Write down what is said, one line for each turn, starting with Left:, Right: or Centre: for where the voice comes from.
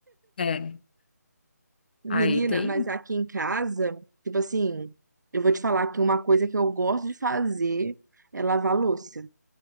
Left: É,
Right: Menina,
Left: aí tem.
Right: mas aqui em casa, tipo assim, eu vou te falar que uma coisa que eu gosto de fazer é lavar louça.